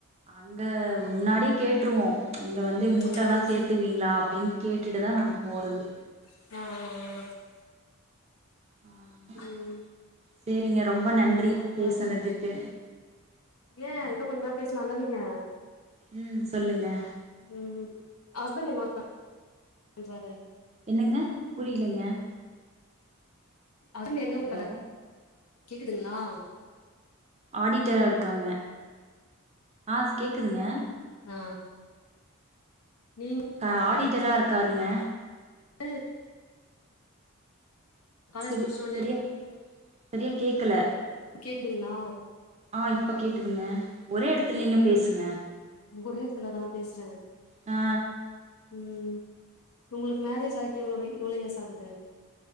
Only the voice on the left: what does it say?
ம்
ம்
அ அ அ
ம்
பரவால்ல
ஏ இன்னோ கொஞ்ச நேரோ பேசலால நீங்க
ம் ஹஸ்பெண்ட் எங்க ஒர்க் பண்றாரு
ஹஸ்பண்ட் எங்க
<unintelligible> கேக்குதுங்களா
ஆ நீங்க
ல் காலேஜ்
முடிச்சோனே
இப்ப கேக்குதுங்ளா
மு ஓரே எடத்துல நா பேசுற
ம் உங்களுக்கு மேரேஜ் ஆகி எவ்ளோ வ எவ்ளோ இயஸ் ஆகுது